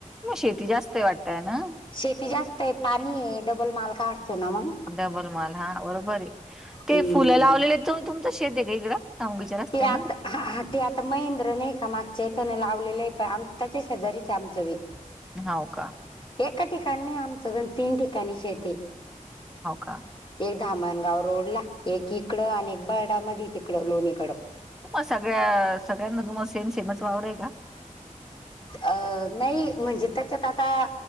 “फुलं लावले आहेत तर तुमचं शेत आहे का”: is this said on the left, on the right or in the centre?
Centre